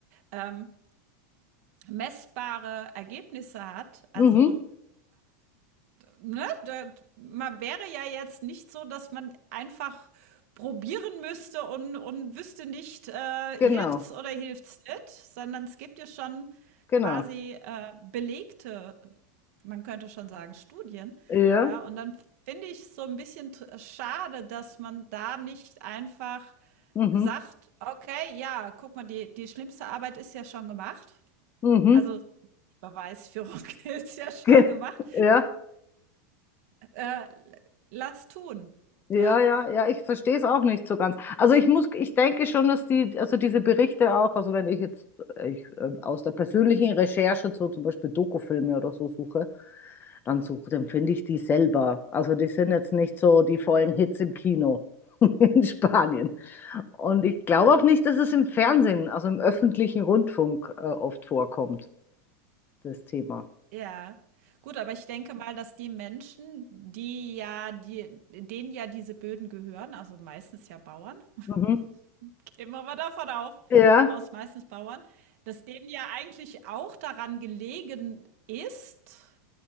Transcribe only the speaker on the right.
ähm, messbare Ergebnisse hat. Also,
ne, da, man wäre ja jetzt nicht so, dass man einfach probieren müsste und, und wüsste nicht, äh,
hilft's oder hilft's nicht, sondern es gibt ja schon
quasi äh, belegte, man könnte schon sagen, Studien.
Ja, und dann finde ich es so ein bisschen tr- schade, dass man da nicht einfach
sagt, okay, ja, guck mal, die, die schlimmste Arbeit ist ja schon gemacht.
Also Beweisführung <laughs> ist ja schon
gemacht.
Äh, lass tun.
Ja,
ja. Gut, aber ich denke mal, dass die Menschen, die ja, die, denen ja diese Böden gehören, also meistens ja Bauern,
<laughs> gehen wir mal davon auf,
aus meistens Bauern, dass denen ja eigentlich auch daran gelegen ist,